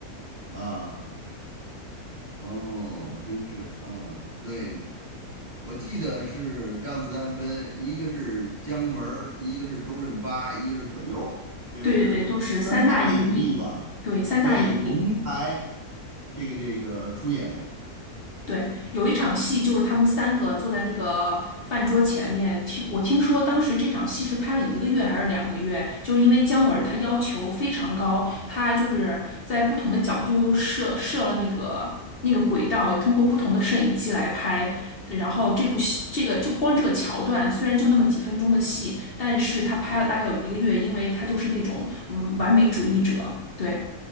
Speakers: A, on the right; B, on the left.
A: 啊，哦，真是啊，对，我记得是让子弹飞，一个是姜文儿一个是周润发，一个是葛优儿这是三大影帝吧？
B: 对对对，就是三大影帝。对，三大影帝。
A: 对，同台这个这个出演，
B: 对，有一场戏就是他们三个坐在那个饭桌前面，听我听说当时这场戏是拍了一个月还是两个月，就是因为姜文他要求非常高，
A: 嗯
B: 他就是在不同的角度设设了那个那个轨道，通过不同的摄影机来拍。然后这部戏，这个就光这个桥段，虽然就那么几分钟的戏，但是他拍了大概有一个月，
A: 嗯
B: 因为他就是那种嗯完美主义者，对